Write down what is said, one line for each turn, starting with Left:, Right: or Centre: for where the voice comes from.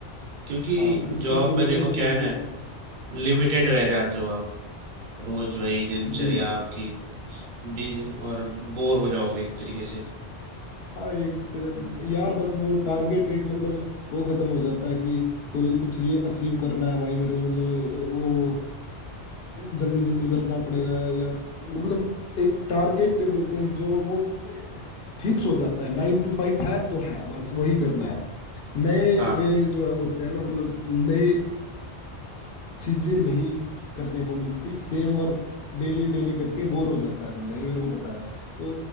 Right: क्योंकि
Left: हाँ फिर
Right: जॉब
Left: तो कोई
Right: में
Left: ना
Right: देखो
Left: कोई
Right: क्या
Left: छोटा
Right: है
Left: मोटा
Right: ना लिमिटेड रह जाते हो आप रोज वही दिनचर्या
Left: जी
Right: आपकी भी और बोर हो जाओगे एक तरीके से
Left: हाँ एक तो- यार बस वो टारगेट एक मतलब वो खत्म हो जाता है कि कोई कुछ ये अचीव करना है भाई मेरे को मतलब वो जल्दी जल्दी करना पड़ेगा या मतलब एक टारगेट बेस जो वो फिक्स हो जाता है नाइन टू फाइव है तो है बस वही करना है नए
Right: हाँ
Left: वे जो है होते हैं ना मतलब नए चीजें नहीं करने को मिलती सेम वर्क डेली डेली करके बोर हो जाता है बंदा ये मेरे को पता है तो